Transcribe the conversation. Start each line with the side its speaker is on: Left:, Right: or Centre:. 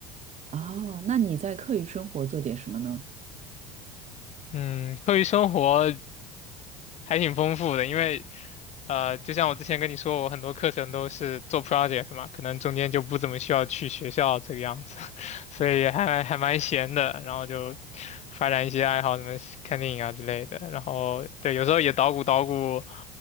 Right: 哦，那你在课余生活做点什么呢？
Left: 嗯，课余生活。还挺丰富的，因为呃，就像我之前跟你说，我很多课程都是做 project 嘛，可能中间就不怎么需要去学校这个样子，<laughs> 所以还还蛮闲的，然后就发展一些爱好，什么看电影啊之类的，然后对，有时候也捣鼓捣鼓